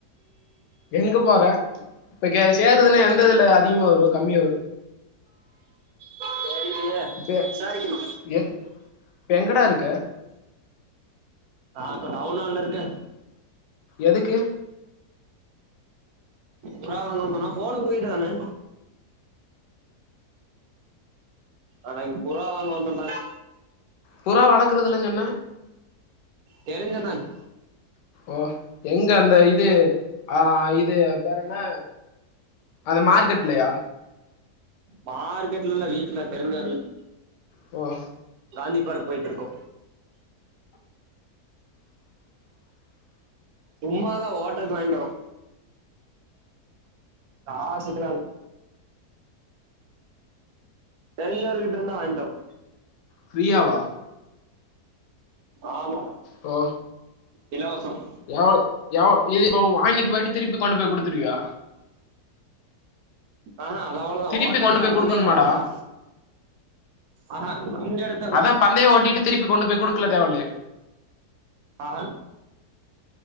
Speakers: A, on the left (about 90°); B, on the right (about 70°).
A: எங்க போற இப்ப கே சேறதுன்னா எந்த இதுல அதிகமா வரு கம்மியா வரு
B: தெரிலையே
A: இப்ப
B: விசாரிக்குணு
A: எ- இப்ப எங்கடா இருக்க
B: நா இப்ப டவுன்ஹால்ல இருக்க
A: எதுக்கு
B: புறா வாங்க வந்தோனா ஃபோனு உங்கயிட்ட தான அன்னக்கி புறா வாங்க வந்தோடா
A: புறா வளக்கறது இல்லன்னு சொன்ன
B: தெரிஞ்ச அண்ணாக்
A: ஓ எங்க அந்த இது ஆ இது பேறென்ன அந்த மார்க்கெட்லையா
B: மார்க்கெட்ல இல்ல வீட்ல தெரிஞ்ச ஒரு வீட்ல
A: ப்பா
B: காந்தி பார்க் போயிட்டு இர்க்கோ
A: <inaudible>
B: சும்மாதா ஓட்டறக் வாங்கிட் வரோ காசுக்குலா இல்ல தெரிஞ்சவோர் வீட்லிருந்து வாங்கிட்டு வரோ
A: பிரியா வா
B: ஆமா
A: ஓ
B: இலவசம்
A: எவ் ‌எவ் இது வாங்கிட்டு போய்ட்டு திருப்பி கொண்டு போய் குடுத்துருவியா
B: ஆஹா அது அவ்ளோதா
A: திருப்பி
B: ஓட்டருங்குடா
A: கொண்டு போய் குடுக்கணுமாடா
B: பந்தயோ ஓட்டருக் டா ஆஹா இங்க இருக்
A: அதா பந்தையை ஓட்டிட்டு திருப்பி கொண்டு போய் குடுக்குல தேவல்லையா
B: ஆ